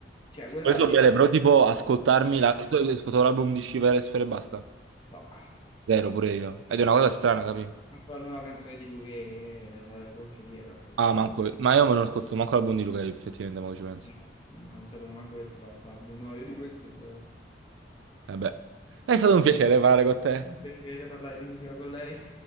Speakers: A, on the left (about 25°); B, on the right (about 80°).
A: Cioè, quella
B: poi
A: alla
B: sono
A: fine...
B: belle,
A: te-
B: però tipo ascoltarmi
A: eh,
B: la- ascoltavo l'album di Shiver e Sfera e basta.
A: no.
B: Zero pure io. Ed è una cosa strana, capi?
A: Anche la nuova canzone di lui che eh, con Giuliero, ho ascoltato.
B: Ah, manco, ma io me non ascolto manco l'album di Luca, effettivamente, ma ci penso.
A: No, non sapevo manco avesse fatto l'album. No, io di questo zero.
B: Vabbè. È stato un piacere parlare con te.
A: Un piacere parlare di musica con lei.